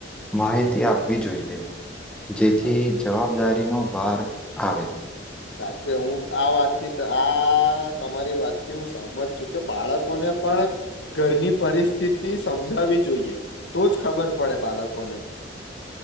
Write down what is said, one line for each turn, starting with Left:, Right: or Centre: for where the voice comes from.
Centre: માહિતી આપવી જોઈએ. જેથી
Left: સાચે
Centre: જવાબદારીનો ભાર આવે.
Left: સાચે હું આ વાતથી આ તમારી વાતથી હું સહમત છું કે, બાળકોને પણ ઘરની પરિસ્થિતિ સમજાવી જોઈએ તો જ ખબર પડે બાળકોને.